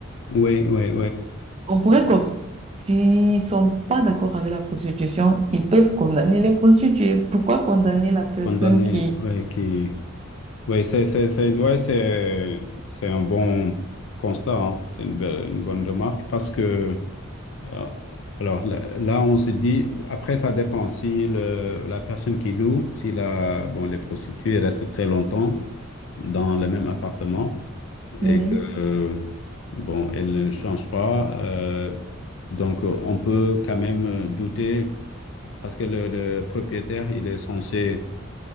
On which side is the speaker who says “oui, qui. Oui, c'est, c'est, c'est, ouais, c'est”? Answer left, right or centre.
Left